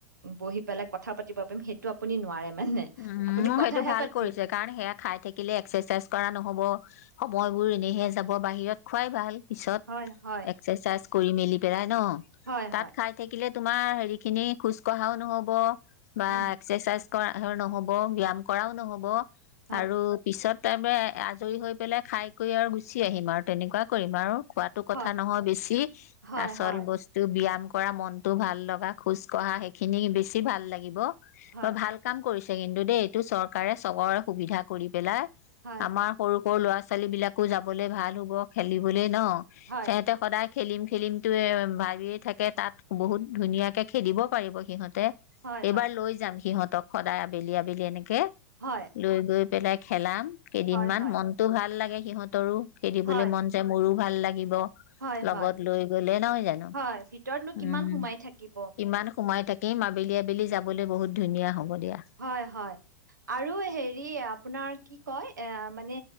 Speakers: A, on the right (about 80°); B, on the left (about 55°).
A: বহি পেলাই কথা পাতিব পাৰিম, সেইটো আপুনি নোৱাৰে মানে
B: উম,
A: আপুনি
B: মো,
A: কথাহে
B: সেইটো ভাল
A: পাতি
B: কৰিছে কাৰণ সেয়া খাই থাকিলে এক চে চেচ কৰা নহব, সময়বোৰো এনেহে যাব। বাহিৰত খোৱাই ভাল। পিছত,
A: হয় হয়
B: এক্সেচাইছ কৰি মেলি বেৰাত <unintelligible> ন।
A: হয়
B: তাত
A: হয়
B: খাই থাকিলে তোমাৰ হেৰিখিনি খোজ কঢ়াও নহব। বা,
A: উম
B: এক্সেচাইছ অহৰ নহব, ব্যাম কৰাও নহব।
A: হয়
B: আৰু পিছত একেবাৰে, আজৰি হৈ পেলে খাই কৰি আৰু গুছি আহিম আৰু তেনেকুৱা কৰিম আৰু। খোৱাটো কথা
A: হয়
B: নহয় বেছি,
A: হয়
B: আচল
A: হয়
B: বস্তু ব্যাম কৰা মনটো ভাল লগা, খোজ কঢ়া সেইখিনি বেছি ভাল লাগিব।
A: হয়
B: মই ভাল কৰিছে কিন্তু দেই, এইটো চৰকাৰে সবৰে সুবিধা কৰি পেলাই।
A: হয়
B: আমাৰ
A: হয়
B: সৰু সৰু ল'ৰা ছোৱালী ছোৱালী বিলাকো যাবলৈ ভাল হব, খেলিবলৈ ন।
A: হয়
B: হেতে সদাই খেলিম খেলিম টোৱে, ভাবিয়ে থাকে তাত বহুত ধুনীয়াকে খেলিব পাৰিব সিহঁতে।
A: হয়
B: এইবাৰ
A: হয়
B: লৈ যাম সিহঁত সদায় আবেলি আবেলি এনেকে।
A: হয়
B: লৈ গৈ পেলাই খেলাম। কেইদিন
A: হয়
B: মান
A: হয়
B: মনটো ভাল লাগে। সিহঁতৰো খেলিবলৈ
A: হয়
B: মন যায় মোৰো ভাল লাগিব।
A: হয়
B: লগত
A: হয়
B: লৈ গলে নহয় জানো?
A: হয় ভিতৰতনো
B: উম,
A: কিমান সোমাই থাকিব
B: কিমান সোমাই থাকে। তেওঁ এই আবেলি আবেলি যাবলৈ বহুত ধুনীয়া হ'ব দিয়া
A: হয় হয়। আৰু হেৰি আপোনাৰ কি কয়, এয়া মানে,